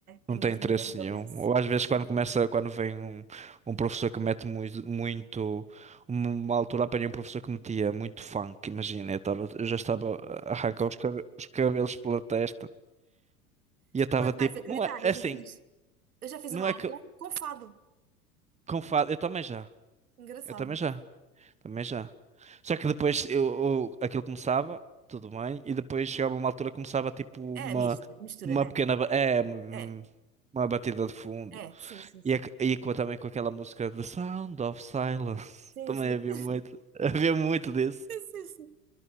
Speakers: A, on the right; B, on the right.
A: não
B: é a mesma
A: tem interesse
B: coisa que
A: nenhum.
B: eu penso.
A: Ou às vezes quando começa, quando vem um, um professor que mete muito, muito, uma altura apanhei um professor que metia muito funk, imagina, eu, estava eu já estava a arrancar os cabe- os cabelos pela testa. E eu estava
B: Não
A: tipo,
B: vais acreditar,
A: não é é
B: eu já
A: assim,
B: fiz, eu já fiz
A: não
B: uma
A: é
B: aula
A: que
B: com fado.
A: com fado, eu também já,
B: Engraçado.
A: eu também já, também já. Só que depois eu, eu- aquilo começava, tudo bem, e depois chegava uma altura que começava tipo uma,
B: É, misto, mistura,
A: uma
B: né?
A: pequena, ba- é, uma,
B: É,
A: uma batida de fundo.
B: é, sim, sim, sim.
A: E, ac- e com, também com aquela música The Sound of Silence,
B: Sim,
A: <laughs> também
B: sim.
A: havia muito, <laughs> havia muito disso,
B: <laughs> Sim, sim.